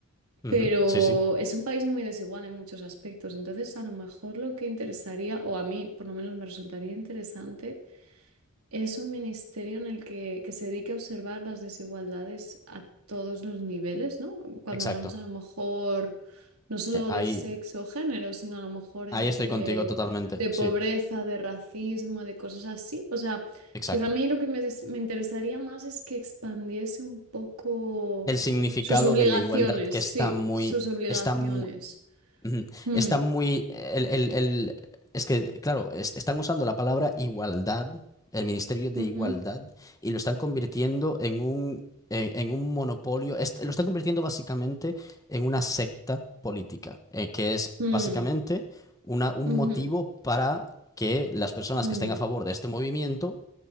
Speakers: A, on the left (about 15°); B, on the right (about 85°).
A: ujú,
B: pero
A: Sí, sí,
B: es un país muy desigual en muchos aspectos. Entonces, a lo mejor lo que interesaría, o a mí por lo menos me resultaría interesante, es un ministerio en el que, que se dedica a observar las desigualdades a todos los niveles, ¿no? Cuando
A: exacto.
B: hablamos a lo mejor no solo
A: Eh, ahí,
B: de sexo o género, sino a lo mejor entre
A: ahí estoy contigo totalmente.
B: de pobreza,
A: Sí,
B: de racismo, de cosas así. O sea,
A: exacto.
B: quizá a mí lo que me, des- me interesaría más es que expandiese un poco
A: El significado
B: sus obligaciones,
A: de la igualdad que
B: sí,
A: está muy,
B: sus obligaciones.
A: está Ujú.
B: Mm,
A: Está muy. El, el- el- es que, claro, es- están usando la palabra igualdad, el Ministerio de
B: ujú,
A: Igualdad, y lo están convirtiendo en un, en, en un monopolio. Es- lo están convirtiendo básicamente en una secta política, eh, que es
B: mm,
A: básicamente una, un
B: ujú,
A: motivo para que las personas
B: mm,
A: que estén a favor de este movimiento